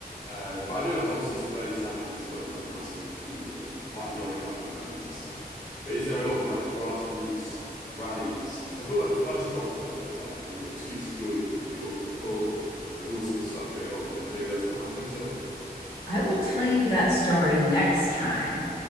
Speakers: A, on the left (about 50°); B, on the left (about 75°).
A: Um, but I know like obviously Bernie Sanders has got his like massive can you know fight the oligarchy rallies and stuff. But is there a lot of like grassroots rallies? Because I feel like the first Trump term there was like the you know the streets of New York New York were full. There was all sorts of stuff going on, but maybe that's not happening so much.
B: I will tell you that story next time.